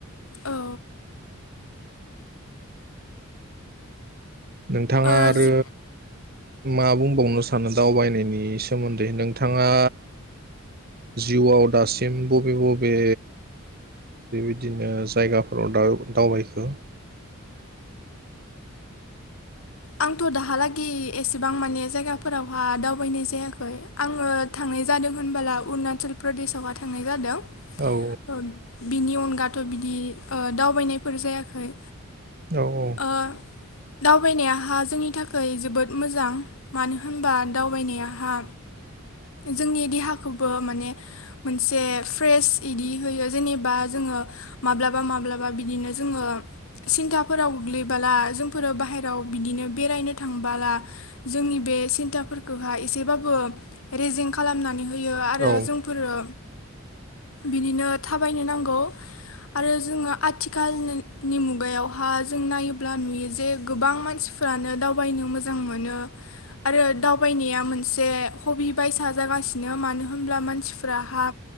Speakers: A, on the left (about 90°); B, on the right (about 45°).
A: औ
B: नोंथाङा
A: ओ
B: आरो
A: जो
B: मा बुंबावनोसानो दावबायनायनि सोमोन्दै नोंथाङा जिउआव दासि <unintelligible> बबे बबे बेबायदिनो जायगाफोराव दा-दावबायखो।
A: आंथ दाहालागै एसेबां माने जायगाफोरावहा दावबायनाय जायाखै आङो थांनाय जादों होनबोला अरुणाचल प्रदेशावहा थांनाय जादों।
B: औ
A: <unintelligible> बिनि अनगा। थ बिदि। ओ दावबायनायफोर जायाखै।
B: औ औ।
A: ओ दावबायनायाहा जोंनि थाखाय जोबोद मोजां मानो होनबा दावबायनायहा जोंनि देहाखौबो माने मोनसे फ्रेस बिदि होयो जेनेबा जोङो मा माब्लबा माब्लाबा बिदिनो जोङो सिन्थाफोराव गोग्लैबोला जोंफोरो बाहेराव बिदिनो बेरायनो थांबोला जोंनि बे सिन्थाफोरखौहा एसेबाबो रेजें खालामनानै होयो आरो
B: औ
A: जोंफोरो बिदिनो थाबायनो नांगौ। आरो जोङो आथिखालनि मुगायावहा जों नायोब्ला नुयो जे गोबां मानसिफ्रानो दावबायनो मोजां मोनो आरो दावबायनाया मोनसे हबि बायसा जागासिनो मानो होनब्ला मानसिफ्राहा